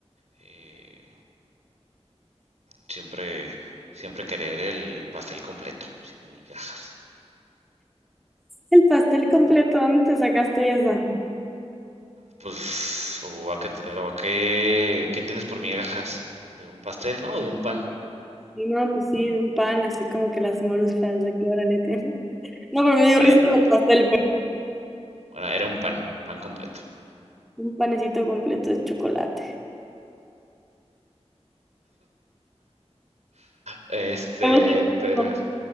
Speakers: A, on the right; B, in the centre.
A: eh, siempre, siempre querer el pastel completo, sin migajas.
B: El pastel completo, ¿dónde te sacaste esa?
A: Pues, o a qué, te- o a qué, ¿qué entiendes por migajas? ¿De un pastel, no? ¿O de un pan?
B: Y no, pues sí, de un pan, así como que las moruscas, de que órale, ten. <laughs> No, pero me dio
A: Bueno,
B: risa lo del pastel, pues.
A: bueno, era un pan, pan completo.
B: Un panecito completo de chocolate.
A: Este,
B: Vamos a ir
A: pero,
B: por uno.